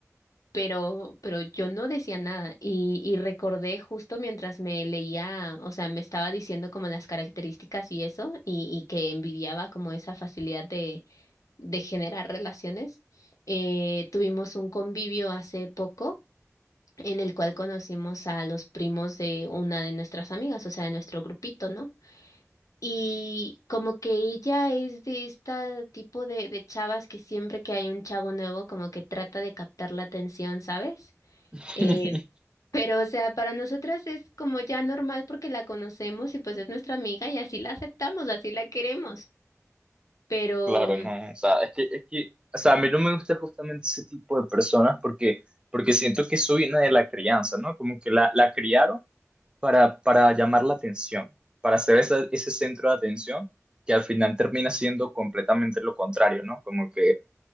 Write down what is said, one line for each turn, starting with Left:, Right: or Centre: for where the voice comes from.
Left: pero, pero yo no decía nada y, y recordé justo mientras me leía, o sea, me estaba diciendo como las características y eso, y, y que envidiaba como esa facilidad de, de generar relaciones. Eh, tuvimos un convivio hace poco en el cual conocimos a los primos de una de nuestras amigas, o sea, de nuestro grupito, ¿no? Y como que ella es de este tipo de, de chavas que siempre que hay un chavo nuevo, como que trata de captar la atención, ¿sabes?
Right: <laughs>
Left: Eh, pero, o sea, para nosotras es como ya normal porque la conocemos y pues es nuestra amiga y así la aceptamos, así la queremos. Pero,
Right: Claro,
Left: mm,
Right: no. O sea, es que, es que, o sea, a mí no me gusta justamente ese tipo de personas porque, porque siento que eso viene de la crianza, ¿no? Como que la, la criaron para, para llamar la atención, para ser esa- ese centro de atención que al final termina siendo completamente lo contrario, ¿no? Como que